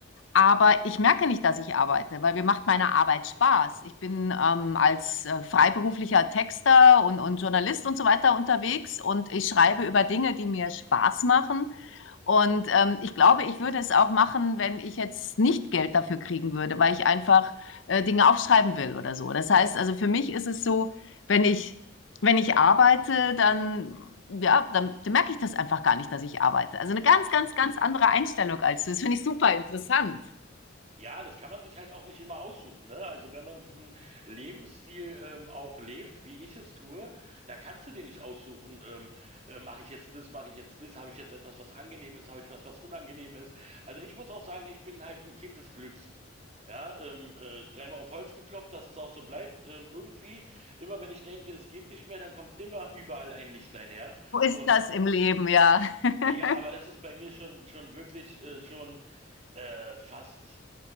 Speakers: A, on the left; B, on the right.
A: aber ich merke nicht, dass ich arbeite, weil mir macht meine Arbeit Spaß. Ich bin ähm, als äh, freiberuflicher Texter und, und Journalist und so weiter unterwegs und ich schreibe über Dinge, die mir Spaß machen. Und ähm, ich glaube, ich würde es auch machen, wenn ich jetzt nicht Geld dafür kriegen würde, weil ich einfach äh, Dinge aufschreiben will oder so. Das heißt, also für mich ist es so, wenn ich, wenn ich arbeite, dann ja, dann, dann merke ich das einfach gar nicht, dass ich arbeite. Also eine ganz, ganz, ganz andere Einstellung als du. Das finde ich super interessant.
B: Ja, das kann man sich halt auch nicht immer aussuchen, ne? Also wenn man diesen Lebensstil ähm, auch lebt, wie ich es tue, da kannst du dir nicht aussuchen, ähm, äh, mache ich jetzt das, mache ich jetzt das, habe ich jetzt etwas, was angenehm ist, habe ich was, was unangenehm ist. Also ich muss auch sagen, ich bin halt ein Kind des Glücks. Ja, ähm, äh, dreimal auf Holz geklopft, dass es auch so bleibt. Ähm, irgendwie, immer wenn ich denke, es geht nicht mehr, dann kommt immer überall ein Lichtlein her.
A: So ist
B: Und
A: das im Leben, ja. <laughs>
B: äh, ja, aber das ist bei mir schon, schon wirklich, äh, schon äh, fast.